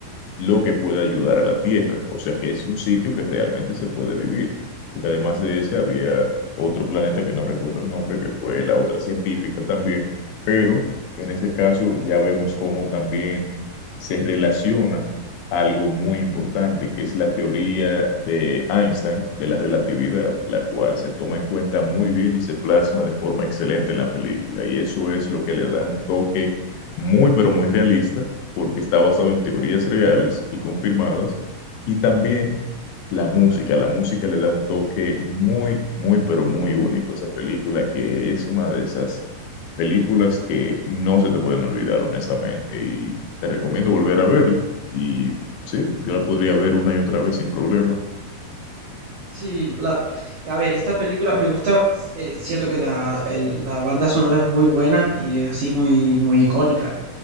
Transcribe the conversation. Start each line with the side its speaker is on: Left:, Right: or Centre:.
Left: lo que puede ayudar a la tierra. O sea que es un sitio que realmente se puede vivir. Porque además de ese había otro planeta que no recuerdo el nombre, que fue la otra científica también. Pero en ese caso ya vemos cómo también se relaciona algo muy importante, que es la teoría de Einstein de la relatividad, la cual se toma en cuenta muy bien y se plasma de forma excelente en la película. Y eso es lo que le da un toque muy, pero muy realista porque está basado en teorías reales y confirmadas, y también la música. La música le da un toque muy, muy, pero muy único a esa película, que es una de esas películas que no se te pueden olvidar, honestamente, y te recomiendo volver a verla. Y sí, yo la podría ver una y otra vez sin problema.
Right: Sí, la, a ver, esta película me gusta, es cierto que la, el- la banda sonora es muy buena y es así muy, muy icónica.